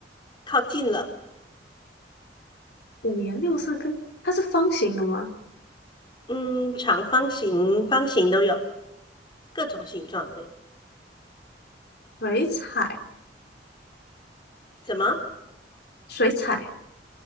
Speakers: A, on the left; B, on the left.
A: 靠近了。
B: 五颜六色跟，它是方形的吗？
A: 嗯，长方形、方形都有，各种形状的。
B: 水彩，
A: 什么？
B: 水彩，